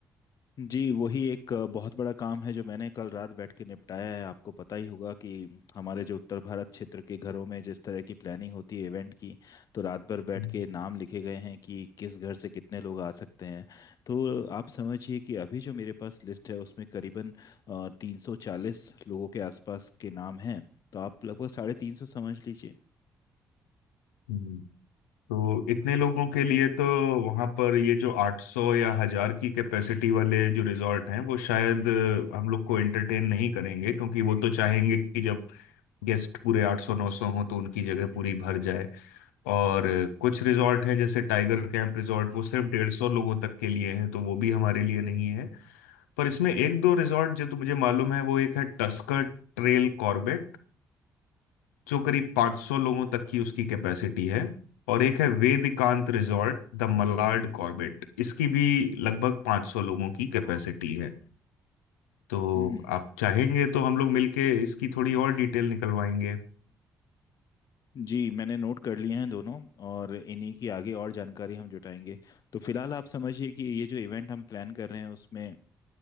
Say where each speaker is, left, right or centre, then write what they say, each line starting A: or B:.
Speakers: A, on the left (about 45°); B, on the left (about 70°).
A: जी वही एक अ, बहुत बड़ा काम है जो मैंने कल रात बैठ के निपटाया है आपको पता ही होगा कि हमारे जो उत्तर भारत क्षेत्र के घरों में जिस तरह की प्लानिंग होती है इवेंट की तो रात भर बैठ
B: हम्म।
A: के नाम लिखे गए हैं कि किस घर से कितने लोग आ सकते हैं तो आप समझिए कि अभी जो मेरे पास लिस्ट है उसमें करीबन तीन सौ चालीस लोगों के आसपास के नाम हैं तो आप लगभग साढ़े तीन सौ समझ लीजिए
B: हम्म। तो इतने लोगों के लिए तो वहां पर ये जो 800 या हजार की कैपेसिटी वाले जो रिजॉर्ट हैं वो शायद अ, हम लोग को एंटरटेन नहीं करेंगे क्योंकि वो तो चाहेंगे कि जब गेस्ट पूरे 800 900 हो तो उनकी जगह पूरी भर जाए और कुछ रिजॉर्ट हैं जैसे टाइगर कैंप रिजॉर्ट वो सिर्फ डेढ़ सौ लोगों तक के लिए हैं तो वो भी हमारे लिए नहीं है पर इसमें एक दो रिजॉर्ट जो तो मुझे मालूम है वो एक है टस्कर ट्रेल कॉर्बेट जो करीब 500 लोगों तक की उसकी कैपेसिटी है और एक है Vedikant resort the Malad Corbett इसकी भी लगभग 500 लोगों की कैपेसिटी है तो
A: हम्म।
B: आप चाहेंगे तो हम लोग मिलके इसकी थोड़ी और डिटेल निकलवाएंगे
A: जी मैंने नोट कर लिए हैं दोनों और इन्हीं की आगे और जानकारी हम जुटाएंगे तो फिलहाल आप समझिए कि ये जो इवेंट हम प्लान कर रहे हैं उसमें